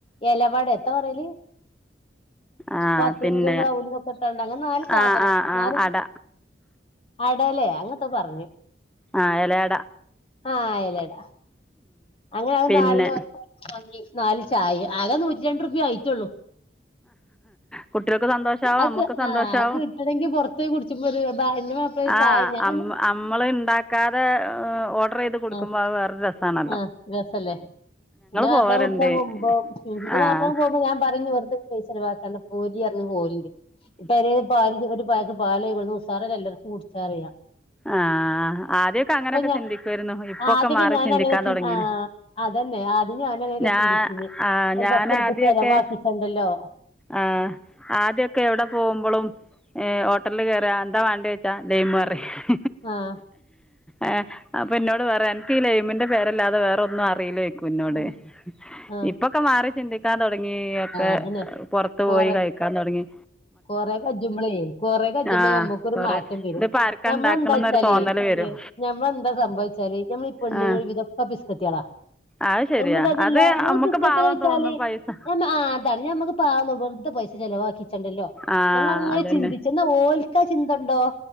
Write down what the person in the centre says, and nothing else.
ആഹ്
പിന്നെ
ആഹ് ആഹ്
ആഹ് അട
ആ എല അട
പിന്നെ
കുട്ടികൾക്ക് സന്തോഷമാവും
മ്മക്ക് സന്തോഷമാവും
ആ
അമ്മള് ഇണ്ടാക്കാതെ ഓർഡർ ചെയ്ത് കൊടുക്കുമ്പോ
വേറൊ രസാണ്
പോവലുണ്ട്
ആഹ്
ആഹ് ആദ്യൊക്കെ അങ്ങനെയൊക്കെ
ചിന്തിക്കുവായിരുന്നു ഇപ്പൊക്കെ
മാറി
ചിന്തിക്കാൻ
തുടങ്ങി
ഞാൻ
ഞാൻ
ആദ്യക്കെ
ആഹ് ആദ്യമൊക്കെ എവിടെ പോകുമ്പോഴും ഏഹ് ഹോട്ടലിൽ കയറാ എന്താ വേണ്ടേ <unintelligible>
ഏഹ് അപ്പംന്നോട് വേറെ എനിക്ക് ഈ ലൈമിന്റെ പേരല്ലാതെ വേറെ ഒന്നും അറില്ലേ കുന്നോട്
ഇപ്പൊക്കെ മാറിട്ടുണ്ട് <inaudible> തുടങ്ങി ഒക്കെ
പുറത്തു
പോയി കഴിക്കാൻ തുടങ്ങി
ആഹ്
കൊറെ
ഇതിപ്പോ ആർക്കാ
ഇണ്ടാക്കണന്നൊരു
തോന്നല് വരും
ആഹ്
അത് ശെരിയാ
അത് അമ്മക്ക്
പാവം
തോന്നും പൈസ
ആഹ്
അതന്നെ